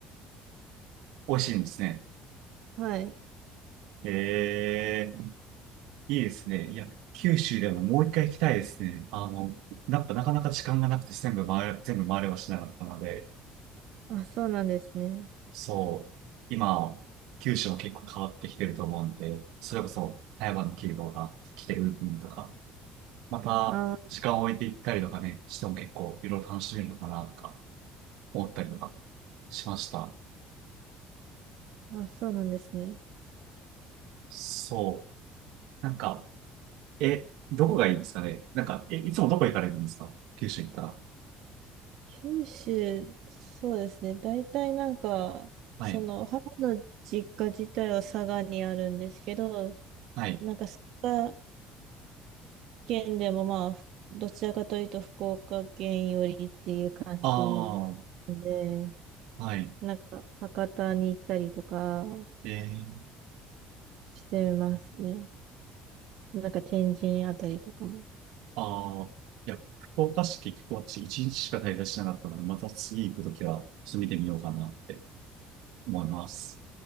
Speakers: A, on the right; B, on the right.
A: 美味しいんですね。
B: はい。
A: えー、いいですね。いや、九州でももう一回行きたいですね。あの、なんかなかなか時間がなくて全部回れ、全部回れはしなかったので、
B: あ、そうなんですね。
A: そう、今、九州も結構変わってきてると思うんで、それこそ台湾の企業が来てる部分とか、また時間を置いていったりとかね、
B: あ
A: しても結構いろいろ楽しめるのかなとか思ったりとかしました。
B: ー、あ、そうなんですね。
A: そう。なんか、え、どこがいいんですかねなんか、え、いつもどこ行かれるんですか九州行ったら。
B: 九州、そうですね。大体なんか、
A: はい。
B: その、母の実家自体は佐賀にあるんですけど、
A: はい。
B: なんか佐賀県でもまあ、ふどちらかというと福岡県寄りっていう感じ
A: ああ、
B: で、
A: はい。
B: なんか博多に行ったりとか
A: えー、
B: してますね。なんか天神あたりとかも。
A: ああ、いや、福岡市結構私一日しか滞在しなかったので、また次行くときは、ちょっと見てみようかなって思います。